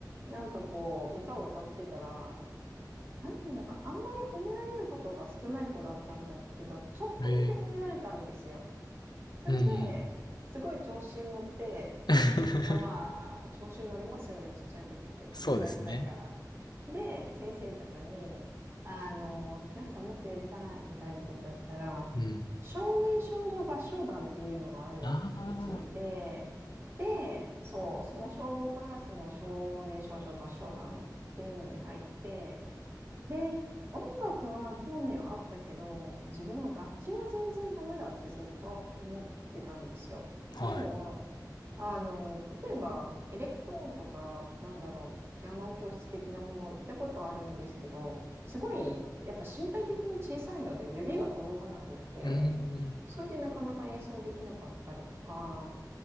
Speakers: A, on the right (about 35°); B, on the left (about 75°).
A: なんかこう、歌を歌ってたら、なんていうのかな。あんまり褒められることが少ない子だったんだけど、ちょっとだけ褒められたんですよ。
B: えー、
A: それで、
B: うんうん。
A: すごい調子に乗って、
B: <laughs>
A: あ、まあ、調子に乗りますよね、ちっちゃい時ってね、
B: そうですね。
A: 褒められたいから。で、先生とかに、あの、なんかもっとやりたいみたいなこと言ったら、
B: うん。
A: 少年少女合唱団っていうのがあるよって聞いて、
B: あ
A: で、そう、その小5からその少年少女合唱団っていうのに入って、で、音楽は興味はあったけど、自分は楽器は全然ダメだってずっと思ってたんですよ。
B: あ、
A: っていうのは、
B: はい。
A: あの、例えば、エレクトーンとか、なんだろう、ピアノ教室的なものを行ったことあるんですけど、すごい、やっぱ身体的に小さいので指が届かなくって、
B: うん。
A: それでなかなか演奏できなかったりとか、